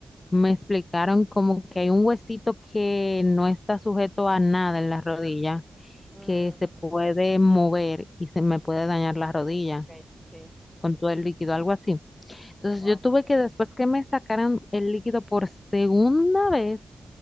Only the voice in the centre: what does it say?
Mm,
ok, sí,
sí,
wow,